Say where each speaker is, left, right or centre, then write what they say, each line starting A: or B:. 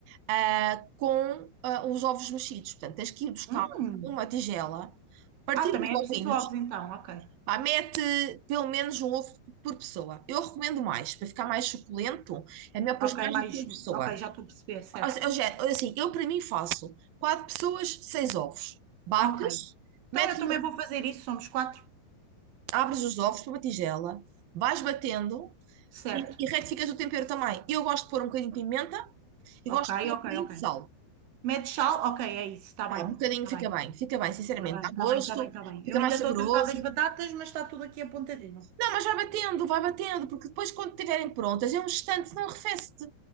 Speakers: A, on the right; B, on the right.
A: ah, com ah, os ovos mexidos. Portanto, tens que ir buscar
B: Hum.
A: uma tigela, partir
B: Ah, também
A: os ovinhos,
B: é preciso ovos, então, ok.
A: pá, mete pelo menos um ovo por pessoa. Eu recomendo mais, para ficar mais suculento, é melhor pôr
B: Ok,
A: mais
B: mais.
A: do que uma pessoa.
B: um. Ok, já estou a perceber, certo.
A: Ou se- ou seja, Assim, eu para mim faço quatro pessoas, seis ovos. Bates,
B: Ok. Então
A: metes
B: eu
A: uma-
B: também vou fazer isso, somos quatro.
A: abres os ovos para uma tigela, vais batendo
B: Certo.
A: e, e retificas o tempero também. Eu gosto de pôr um bocadinho de pimenta Eu
B: Ok,
A: gosto de pôr
B: ok,
A: um bocadinho
B: ok.
A: de sal.
B: Mete sal, ok, é isso, está
A: Pá,
B: bem.
A: um bocadinho
B: Está
A: fica
B: bem,
A: bem, fica bem, sinceramente,
B: está bem,
A: dá
B: está
A: gosto,
B: bem, está bem, está bem.
A: fica
B: Eu ainda
A: mais saboroso.
B: estou a tratar das batatas, mas está tudo aqui apontadinho.
A: Não, mas vai batendo, vai batendo, porque depois quando estiverem prontas, é um instante, senão arrefece-te.